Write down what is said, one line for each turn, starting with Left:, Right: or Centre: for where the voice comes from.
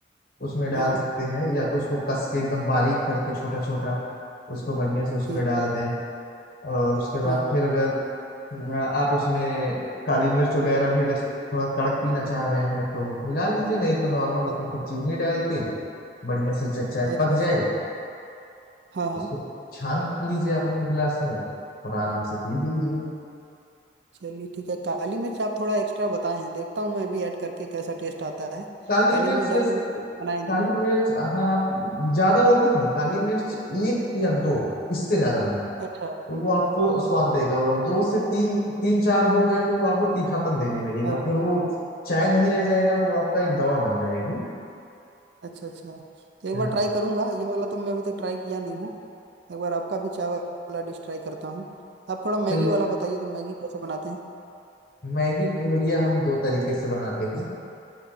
Left: उसमें डाल
Right: हाँ
Left: सकते हैं या तो उसको कस के एकदम बारीक करके छोटा छोटा उसको बढ़िया से उसमें
Right: ठीक
Left: डाल
Right: है
Left: दें और उसके बाद
Right: हाँ हाँ
Left: फिर अगर अ, आप उसमें काली मिर्च वगैरह भी अगर थोड़ा कड़क पीना चाह रहे हैं तो मिला लीजिए नहीं तो नॉर्मल उसमें
Right: अ-
Left: फिर चीनी डाल के बढ़िया से जब चाय
Right: अच्छा
Left: पक
Right: अच्छा
Left: जाए
Right: हाँ हाँ
Left: उसको छान लीजिए अपने गिलास में और आराम से पी लीजिए
Right: चलिए ठीक है काली मिर्च आप थोड़ा एक्स्ट्रा बताए हैं देखता हूँ मैं भी ऐड करके कैसा टेस्ट आता है
Left: काली
Right: काली
Left: मिर्च
Right: मिर्च डाल
Left: जैसे
Right: के मैं बनाया नहीं
Left: काली
Right: हूँ
Left: मिर्च हाँ आप ज्यादा वो भी नहीं काली मिर्च एक या दो इससे ज्यादा नहीं
Right: अच्छा
Left: तो वो आपको स्वाद देगा और दो से तीन तीन चार हो गए तो वो आपको तीखापन देने लगेगा
Right: हाँ हाँ
Left: फिर वो चाय नहीं रह जाएगा वो आपका एक दवा बन जाएगी
Right: अच्छा अच्छा तो एक
Left: हाँ
Right: बार ट्राई करूंगा ये वाला तो मैं अभी तक ट्राई किया नहीं हूँ एक बार आपका भी चाय वाला डिश ट्राई करता हूँ आप थोड़ा मैगी
Left: चलिए
Right: वाला बताइए तो मैगी कैसे बनाते हैं
Left: मैगी को भैया हम दो तरीके से बनाते हैं